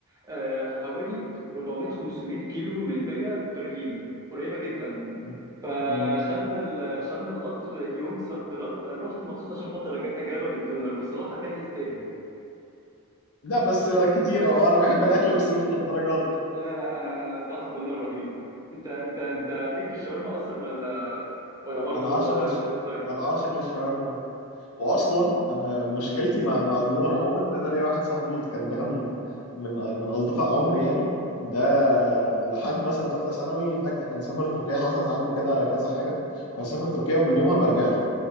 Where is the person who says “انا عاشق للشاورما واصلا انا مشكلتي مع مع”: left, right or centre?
Left